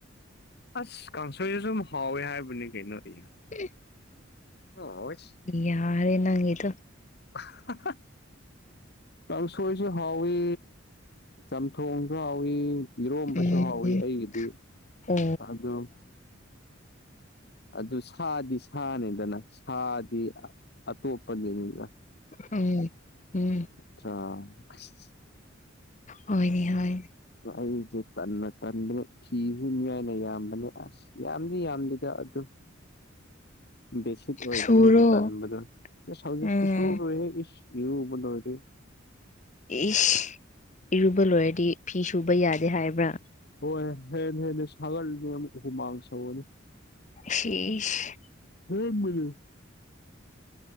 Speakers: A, on the left; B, on the left.
A: ꯑꯁ ꯀꯥꯡꯁꯣꯏꯁꯨ ꯁꯨꯝ ꯍꯥꯎꯋꯦ ꯍꯥꯏꯕꯅꯤ ꯀꯩꯅꯣ ꯑꯩ
B: ꯍꯨꯝ
A: <unintelligible>
B: ꯌꯥꯍꯔꯦ ꯅꯪꯒꯤꯗꯨ
A: ꯑꯍ ꯍꯥ ꯍꯥ ꯀꯥꯡꯁꯣꯏꯁꯨ ꯍꯥꯎꯋꯤ ꯆꯝꯊꯣꯡꯁꯨ ꯍꯥꯎꯋꯤ ꯏꯔꯣꯝꯕꯁꯨ
B: ꯎꯝ
A: ꯍꯥꯎꯋꯤ ꯑꯩꯒꯤꯗꯤ
B: ꯑꯣ
A: ꯑ ꯑꯗꯨꯝ ꯑꯗꯨ ꯁꯥꯗꯤ ꯁꯥꯅꯤꯗꯅ ꯁꯥꯗꯤ ꯑ ꯑꯇꯣꯞꯄꯗꯨꯅꯤꯗ
B: ꯎꯝ ꯎꯝ
A: ꯅꯠꯇ꯭ꯔꯥ ꯑꯁ
B: ꯍꯣꯏꯅꯦ ꯍꯣꯏ
A: ꯑꯩꯁꯦ ꯇꯟꯅ ꯇꯟꯕꯅꯦ ꯐꯤ ꯁꯨꯅꯤꯡꯉꯥꯏꯅ ꯌꯥꯝꯕꯅꯦ ꯑꯁ ꯌꯥꯝꯗꯤ ꯌꯥꯝꯗꯤꯗ ꯑꯗꯨ ꯕꯦꯁꯤꯛ ꯑꯣꯏꯕꯅꯤꯅ
B: ꯁꯨꯔꯣ
A: ꯇꯟꯕꯗꯨ ꯑꯁ ꯍꯧꯖꯤꯛꯇꯤ
B: ꯎꯝ
A: ꯁꯨꯔꯣꯏꯍꯦ ꯏꯁ ꯏꯔꯨꯕ ꯂꯣꯏꯔꯤ
B: ꯏꯁ ꯏꯔꯨꯕ ꯂꯣꯏꯔꯗꯤ ꯐꯤ ꯁꯨꯕ ꯌꯥꯗꯦ ꯍꯥꯏꯕ꯭ꯔꯥ
A: ꯍꯣꯏ ꯍꯦꯟꯅ ꯍꯦꯟꯅ ꯁꯥꯒꯠꯂꯅꯤ ꯑꯃꯨꯛ ꯍꯨꯃꯥꯡ ꯁꯧꯒꯅꯤ
B: ꯁꯤ ꯏꯁ
A: ꯑꯁꯦꯡꯕꯅꯤ